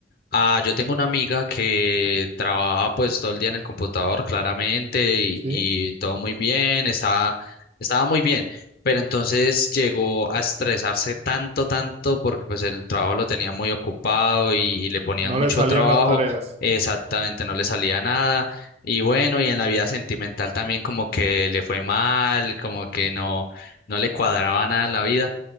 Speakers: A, on the left (about 55°); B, on the right (about 35°).
A: Ah, yo tengo una amiga que trabaja pues todo el día en el computador, claramente, y,
B: sí,
A: y todo muy bien, está, estaba muy bien pero entonces llegó a estresarse tanto, tanto, porque pues el trabajo lo tenía muy ocupado y, y le ponían
B: no
A: mucho
B: le salían
A: trabajo,
B: las tareas.
A: exactamente no le salía nada. Y bueno, y en la vida sentimental también como que le fue mal, como que no, no le cuadraba nada en la vida.